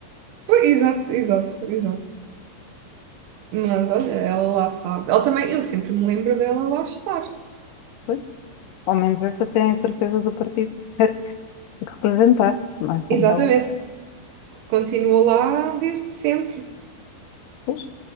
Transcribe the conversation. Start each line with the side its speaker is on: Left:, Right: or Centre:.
Right: Pois, exato, exato, exato. Mas olha, ela lá sabe. Ela também, eu sempre me lembro dela lá estar.
Left: Pois, ao menos essa tem a certeza do partido. Tem que representar, mais
Right: Exatamente,
Left: uma outra.
Right: continua lá desde sempre.
Left: Pois.